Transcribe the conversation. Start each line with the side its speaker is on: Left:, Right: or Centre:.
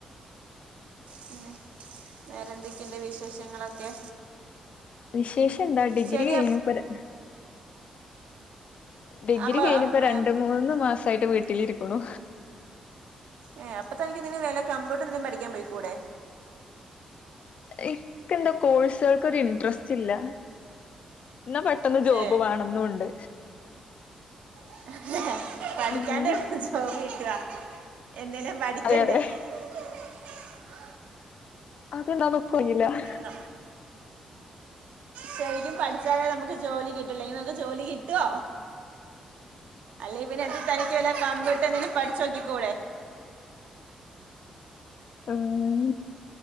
Right: പിന്നെ വേറെന്തെക്കെണ്ട് വിശേഷങ്ങളൊക്കെ
Left: വിശേഷന്താ ഡിഗ്രി
Right: ശരി
Left: കഴിഞ്ഞുപ്പതാ ഡിഗ്രി
Right: അപ്പ
Left: കഴിഞ്ഞുപ്പൊ രണ്ട്മൂന്ന്
Right: അപ്പം
Left: മാസായിട്ട് വീട്ടിലിരിക്കുണു
Right: ഏ അപ്പൊ തനിക്ക് എന്തേലും വല്ല കമ്പ്യൂട്ട്രന്തേലും പഠിക്കാൻ പൊയിക്കൂടെ
Left: ഇക്കെന്തോ കോഴ്സൾക്കൊരു ഇൻട്രസ്റ്റ് ഇല്ല ന്നാ പെട്ടെന്ന് ജോബ്
Right: ഏ
Left: വേണംന്നൂണ്ട്
Right: <inaudible> പഠിക്കാണ്ട്
Left: ഉം
Right: <unintelligible> ജോബ് കിട്ട്അ എന്തേലും പഠിക്കണ്ടേ
Left: അതെ അതെ
Right: <unintelligible>
Left: അത്ണ്ടോന്ന് <unintelligible>
Right: നം- ശരിക്കും പഠിച്ചാലേ നമുക്ക് ജോലി കി ഇല്ലെങ്കി നമുക്ക് ജോലി കിട്ടോ അല്ലേ പിന്നെ തനിക്ക് വല്ല കമ്പ് ക്കെന്തേലും പഠ്‌ച്ചോക്കിക്കൂടെേ
Left: ഉം